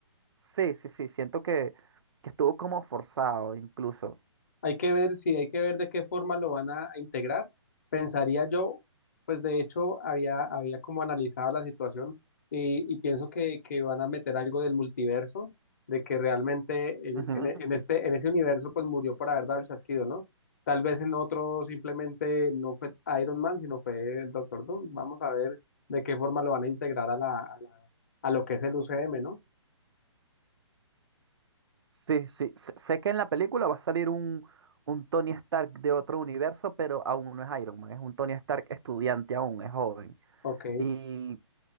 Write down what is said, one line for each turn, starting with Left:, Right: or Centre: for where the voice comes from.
Right: Sí, sí, sí, siento que, que estuvo como forzado incluso.
Left: Hay que ver, si hay que ver de qué forma lo van a, a integrar. Pensaría yo, pues de hecho había, había como analizado la situación y, y pienso que, que van a meter algo del multiverso, de que realmente el-
Right: Ujú.
Left: en, e- en este, en ese universo pues murió por haber dado el chasquido, ¿no? Tal vez en otro simplemente no fue Iron Man, sino fue el Doctor Doom. Vamos a ver de qué forma lo van a integrar a la, a la- a lo que es el UCM, ¿no?
Right: Sí, sí, sé sé que en la película va a salir un, un Tony Stark de otro universo, pero aún no es Iron Man, es un Tony Stark estudiante aún, es joven.
Left: Ok.
Right: Y